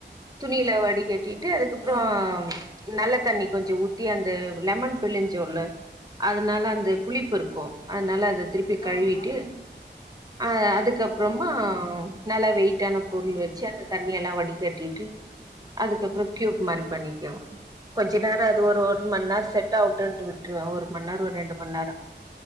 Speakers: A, on the right; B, on the left.
A: துணில வடி கட்டிட் டு அதுக்கப்புறோ
B: ஆ
A: நல்ல தண்ணி கொஞ்சோ தி அந்த லெமன் பிழிஞ்சோல அதனால அந்த புளிப்பு இருக்கும் அதனால அது திருப்பி கழுவிட்டு
B: ஆமா
A: அஹ் அதுக்கப்புறமா நல்லா வெயிட்டான
B: ஆ
A: பொருள்
B: ஆ
A: வச்சு அது தண்ணி எல்லாம் வடி கட்டிட்டு அதுக்கப்புறோ கியூப்மாரி பண்ணிக்கவு கொஞ்ச நேர அ அது ஒரு
B: ம்
A: ஒரு மண் நேரோ செட் ஆவு ட்டுண்டு விட்டுருவே ஒரு மண்நேரோ ஒரு ரெண்டு மண் நேரோ